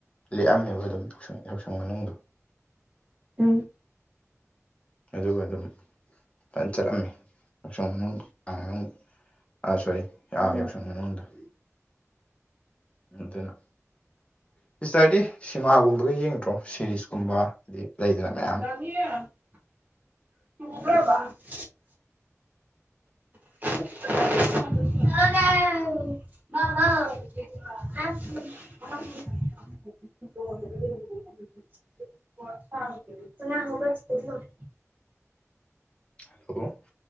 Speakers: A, on the left; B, on the right.
A: ꯂꯦꯛꯑꯝꯃꯦꯕ ꯑꯗꯨꯝ ꯌꯥꯎꯁꯪ ꯌꯥꯎꯁꯪ ꯃꯅꯨꯡꯗꯣ
B: ꯎꯝ
A: ꯑꯗꯨꯒ ꯑꯗꯨꯝ ꯐꯖꯅ ꯆꯠꯂꯝꯃꯤ ꯌꯥꯎꯁꯪ ꯃꯅꯨꯡ <unintelligible> ꯑꯥ ꯁꯣꯔꯤ ꯑꯥ
B: ꯎꯝ
A: ꯌꯥꯎꯁꯪ ꯃꯅꯨꯡꯗꫭ ꯑꯗꯨꯅ ꯁꯤꯁꯇꯔꯗꯤ ꯁꯤꯃꯥꯒꯨꯝꯕꯒ ꯌꯦꯡꯗ꯭ꯔꯣ ꯁꯤꯔꯤꯁꯀꯨꯝꯕ ꯍꯥꯏꯗꯤ ꯂꯩꯗꯅ ꯃꯌꯥꯝ
B: <unintelligible> <unintelligible> <unintelligible> <unintelligible> <unintelligible> <unintelligible> ꯑꯉꯥꯡ ꯍꯧꯒꯠꯇꯔ ꯃꯥꯜꯂꯦ
A: <unintelligible>